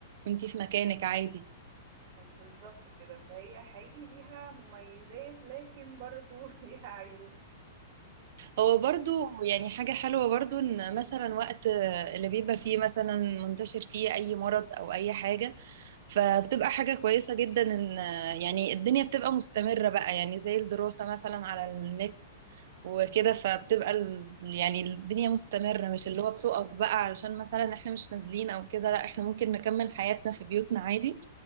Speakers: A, on the right; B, on the right.
A: وانت في مكانك عادي
B: بالظبط كده فهي حقيقي ليها مميزات لكن برضو <laughs> ليها عيوب
A: هو برضو يعني حاجة حلوة برضو ان مثلا وقت اللي بيبقى فيه مثلا منتشر فيه اي مرض او اي حاجة فبتبقى حاجة كويسة جدا ان يعني الدنيا بتبقى مستمرة بقى يعني زي الدراسة مثلا على النت وكده فبتبقى ال... يعني الدنيا مستمرة مش اللي هو بتقف بقى علشان مثلا احنا مش نازلين او كده لا احنا ممكن نكمل حياتنا في بيوتنا عادي